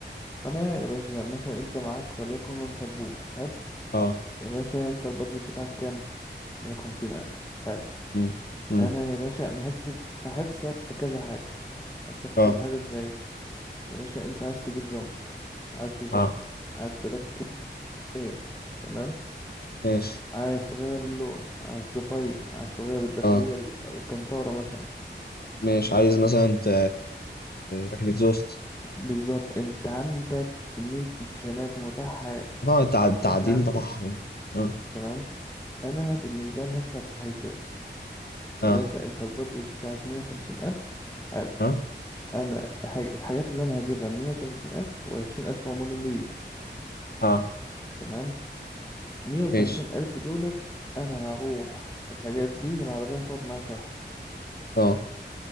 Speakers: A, on the left; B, on the left.
A: انا يا باشا مثلا انت معاك وليكن لانسر بوم حلو
B: اه
A: يا باشا انت البادجت بتاعك كام مية وخمسين الف حلو
B: أمم. أمم.
A: انا يا باشا انا هكسب هكسب في كذا حاجة هكسب في
B: اه
A: كذا حاجة ازاي يا باشا انت عايز تجيب جنط عايز تجنط
B: اه
A: عايز تركب اير تمام
B: ماشي
A: عايز تغير اللون عايز تفايم عايز تغير الداخلية
B: اه
A: ال- الكنتارة مثلا
B: ماشي
A: عايز
B: عايز
A: ت-
B: مثلا انت راكب اكزوست
A: بالظبط انت عندك كمية اوبشنات متاحة
B: طبعا التع- التعديل
A: ليك عندي
B: ده بحر يعني. اه
A: تمام انا بالنسبه لي هكسب في حالتين
B: اه
A: يا باشا انت البادجت بتاعك مية وخمسين ألف حلو
B: اه
A: انا ح- الحاجات اللي انا هجيبها مية وتلاتين ألف وعشرين ألف عمولة ليه
B: اه
A: تمام مية وتلاتين
B: ماشي
A: ألف دولت انا هروح الحاجات دي العربية هتقعد معايا شهر
B: اه